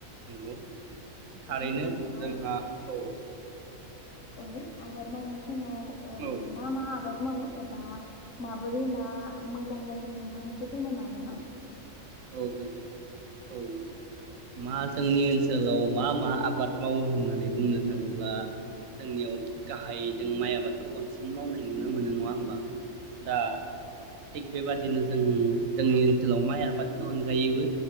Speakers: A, on the right (about 75°); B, on the left (about 65°).
A: नंगौ थारैनो
B: मावनायाव
A: जोंहा औ
B: औ आबाद मावनाय स समाव ओ
A: औ
B: मा मा आबा आबाद मावो एबा माबोरै मा मोजां गाज्रि नोंथां बेखौ फोरमायनो हागोन ना
A: औ औ औ मा जोंनि ओनसोलाव मा मा आबाद मावो होननानै बुंनो थाङोब्ला जोंनियाव गाहाय जों माइ आबादखौ बांसिन मावनाय नुनो मोनो नङा होमबा दा थिग बेबादिनो जों जोंनि ओनसोलाव माइ आबाद नि अनगायैबो